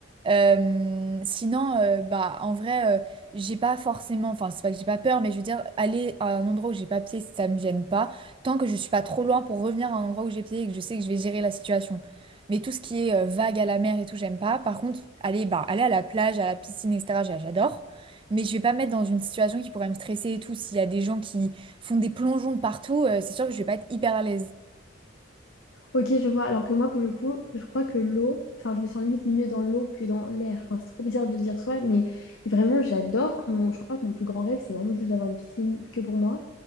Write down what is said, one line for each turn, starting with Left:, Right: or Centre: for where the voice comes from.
Right: Euh, sinon, euh, bah, en vrai, euh, j'ai pas forcément, enfin, c'est pas que j'ai pas peur, mais je veux dire, aller à un endroit où j'ai pas pied, ça me gêne pas, tant que je suis pas trop loin pour revenir à un endroit où j'ai pied et que je sais que je vais gérer la situation. Mais tout ce qui est euh, vague à la mer et tout, j'aime pas. Par contre, aller, bah, aller à la plage, à la piscine, etc., j'a- j'adore. Mais je vais pas me mettre dans une situation qui pourrait me stresser et tout, s'il y a des gens qui font des plongeons partout, euh, c'est sûr que je vais pas être hyper à l'aise.
Left: Ok, je vois. Alors que moi, pour le coup, je crois que l'eau, enfin, je me sens limite mieux dans l'eau que dans l'air. Enfin, c'est trop bizarre de dire soi, mais vraiment, j'adore. Mon- je crois que mon plus grand rêve, c'est vraiment juste d'avoir une piscine que pour moi.